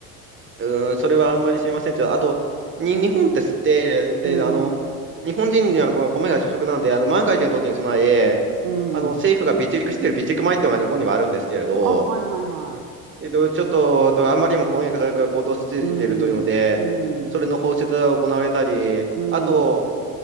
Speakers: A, on the right; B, on the right.
A: うーん、それはあんまり知りませんけど、あと、に、日本ってして、で、
B: うんうん。
A: あの、日本人にはこう米が主食なんで、あの、万が一の時に備え、
B: うん。
A: あの、政府が備蓄している備蓄米っていうのが日本にはあるんですけれど、
B: あ、はいはいはい。
A: えっと、ちょっと、とあんまりにも米価格が高騰しすぎているというので、
B: うん。うん。
A: それの放出が行われたり、
B: うん。
A: あと、